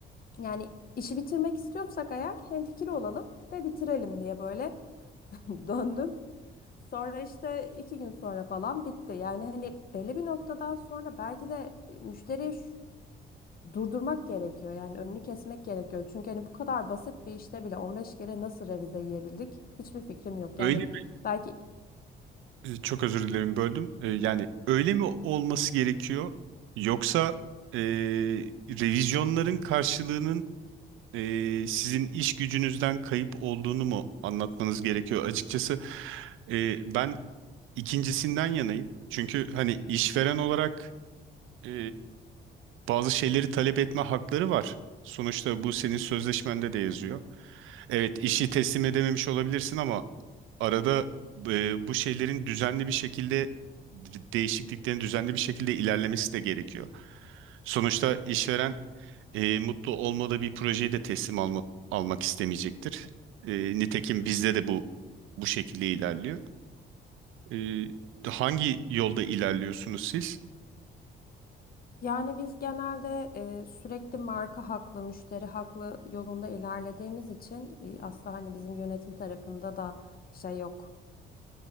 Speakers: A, on the left (about 50°); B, on the right (about 85°).
A: Yani işi bitirmek istiyorsak eğer hemfikir olalım ve bitirelim diye böyle <laughs> döndüm. Sonra işte iki gün sonra falan bitti. Yani hani belli bir noktadan sonra belki de e, müşteriyi ş- durdurmak gerekiyor. Yani önünü kesmek gerekiyor. Çünkü hani bu kadar basit bir işte bile 15 kere nasıl revize yiyebildik? Hiçbir fikrim yok.
B: Öyle
A: Yani
B: mi?
A: belki
B: e, Çok özür dilerim böldüm. E, Yani öyle mi olması gerekiyor yoksa e, revizyonların karşılığının e, sizin iş gücünüzden kayıp olduğunu mu anlatmanız gerekiyor? Açıkçası e, ben ikincisinden yanayım. Çünkü hani işveren olarak e, bazı şeyleri talep etme hakları var. Sonuçta bu senin sözleşmende de yazıyor. Evet, işi teslim edememiş olabilirsin ama arada e, bu şeylerin düzenli bir şekilde d- değişikliklerin düzenli bir şekilde ilerlemesi de gerekiyor. Sonuçta işveren e, mutlu olmadığı bir projeyi de teslim alma- almak istemeyecektir. E, nitekim bizde de bu bu şekilde ilerliyor. E, hangi yolda ilerliyorsunuz siz?
A: Yani biz genelde e, sürekli marka haklı, müşteri haklı yolunda ilerlediğimiz için e, aslında hani bizim yönetim tarafında da şey yok.